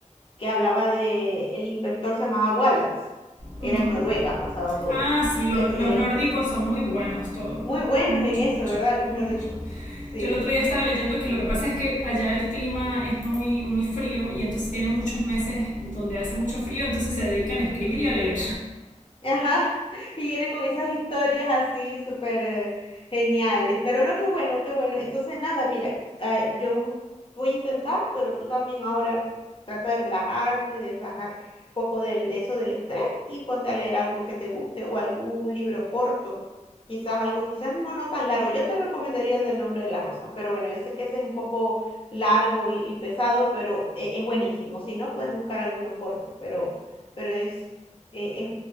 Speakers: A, on the left; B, on the left.
A: que hablaba de, el inspector se llamaba Wallace.
B: Ujú.
A: Era en Noruega, pasaba todo.
B: Ah, sí, lo-
A: Excelente.
B: los nórdicos son muy buenos todos.
A: Muy buenos
B: Mucho,
A: en eso,
B: mucho,
A: ¿verdad? Los
B: mucho.
A: nórdicos. Sí.
B: Yo el otro día estaba leyendo que lo que pasa es que allá el clima es muy, muy frío y entonces tienen muchos meses donde hace mucho frío, entonces se dedican a escribir y a leer.
A: Ajá, <laughs> y viene con esas historias así súper eh, geniales. Pero no, qué bueno, qué bueno. Entonces, nada, mira, ah, yo voy a intentar, pero tú también ahora trata de relajarte, de bajar un poco del, de eso del estrés y ponte a leer algo que te guste o algún libro corto. Quizás algo, quizás no, no tan largo. Yo te recomendaría el del nombre de la rosa, pero bueno, yo sé que ese es un poco largo y, y pesado, pero e- es buenísimo. Si no, puedes buscar alguno corto, pero, pero es, e- es